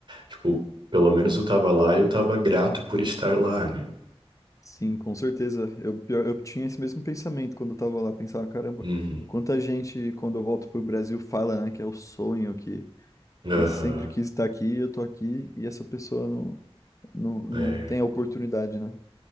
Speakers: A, on the right; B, on the left.
A: tipo, pelo menos eu tava lá e eu tava grato por estar lá, né?
B: sim, com certeza. Eu, pior- eu tinha esse mesmo pensamento quando eu tava lá. Pensava, caramba,
A: Uhum.
B: quanta gente, quando eu volto pro Brasil, fala, né, que é o sonho, que,
A: Aham.
B: que sempre quis estar aqui, eu tô aqui, e essa pessoa não, não, não
A: É.
B: tem a oportunidade, né?